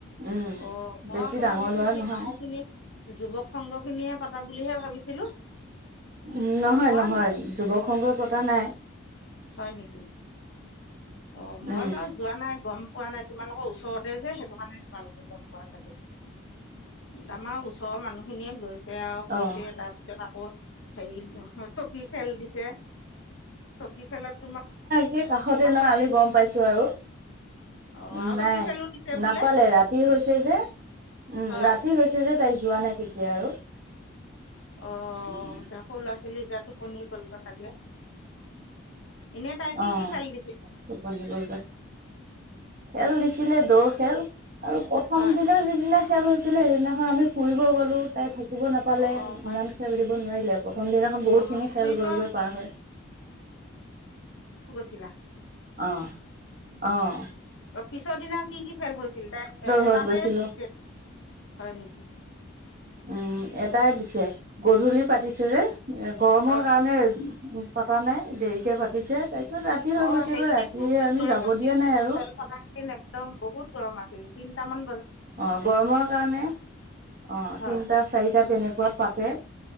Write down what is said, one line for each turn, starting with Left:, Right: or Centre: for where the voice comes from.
Right: উম,
Left: অ মই
Right: বেছি
Left: আকৌ
Right: ডাঙৰ
Left: ভাবিছিলো
Right: ল'ৰা
Left: কি
Right: নহয়,
Left: গাঁও খিনি যুৱক সংঘ খিনিহে পতা বুলিহে ভাবিছিলো
Right: উ নহয়
Left: হে মই
Right: নহয় যুৱক সংগই পতা নাই
Left: হয় নেকি অ মই
Right: উম।
Left: বাৰু যোৱা নাই গম পোৱা নাই তোমালোকৰ ওচৰতে যে সেইটো কাৰণে তোমালোকৰ গম পোৱা চাগে আমাৰ ওচৰৰ মানুহখিনিয়ে গৈ ছে আৱ কৰিছে
Right: অ',
Left: তাৰপিছত আকৌ হেৰি চকী খেল দিছে চকী খেলত তোমাৰ
Right: সেই কাষতে নহয়
Left: ছোৱালীয়ে
Right: আমি গম পাইছো আৰু
Left: অঁ
Right: উ
Left: আৰু
Right: নাই
Left: চকী খেলো দিছে বোলে
Right: নাপালে ৰাতি হৈছে যে উম
Left: হয়
Right: ৰাতি হৈছে যে তাই যোৱা নাই তেতিয়া আৰু
Left: অ
Right: উম,
Left: দে সৰু ল'ৰা ছোৱালী টোপনিৰ গল ক চাগে এনেই তাই কি
Right: অ',
Left: কি খেল দেখিছে?
Right: টোপনি গ'লগৈ। খেল দিছিলে দৌৰ খেল আৰু প্ৰথম
Left: হয়
Right: দিনা যিদিনা খেল হৈছিলে সেইদিনাখন আমি ফুৰিব গলো তাই থাকি শুব নাপালে
Left: অঁ অঁ
Right: ইমান
Left: হয়
Right: খেল দিব নোৱাৰিলে প্ৰথম দিনাখন
Left: অঁ
Right: বহুতখিনি খেল
Left: ফুৰিব
Right: গল গৈ পাৰ হৈ
Left: ছিলা
Right: আহ আহ
Left: অঁ পিছৰ দিনা কি কি খেল হৈছিল এটাতে
Right: ঘৰত গৈছিলো
Left: হয় নেকি?
Right: উম এটাই দিছে গধূলি পাতিছে যে এ গৰমৰ
Left: হয়
Right: কাৰণে। উম পতা নাই দেৰিকে পাতিছে তাই। পিছত ৰাতি হৈ
Left: অ'
Right: গৈছেগৈ
Left: সেইকেইদিন
Right: ৰাতি
Left: বহুত
Right: আমি
Left: গৰম
Right: যাব
Left: আছিলতো
Right: দিয়া নাই আৰু।
Left: খেল পতা কেইদিন একদম বহুত গৰম আছিল কিন্তু। আঠটা মান,
Right: অঁ, গৰমৰ কাৰণে অ
Left: হয়
Right: তিনটা চাৰিটা তেনেকুৱাত পাতে